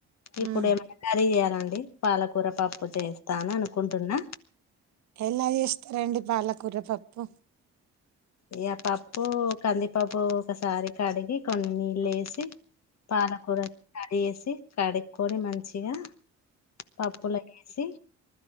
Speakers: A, on the left; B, on the right.
A: ఇప్పుడు
B: ఉమ్
A: ఏమన్నా కర్రీ చేయ్యాలండి పాలకూర పప్పు చేస్తాను అనుకుంటున్నా
B: ఎలా చేస్తారంండి పాలకూర పప్పు
A: ఇ పప్పు కందిపప్పు ఒకసారి కడిగి కొన్నిీళ్ళ వేసి పాలకూర కడి చేేసి కడుక్కొని మంచిగా పపు సి